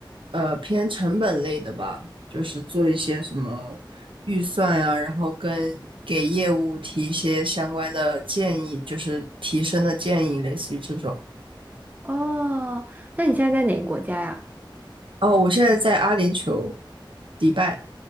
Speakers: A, on the right; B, on the right.
A: 呃偏成本类的吧，就是做一些什么预算啊，然后跟给业务提一些相关的建议，就是提升的建议，类似于这种。
B: 哦，那你现在在哪个国家呀？
A: 哦，我现在在阿联酋，迪拜。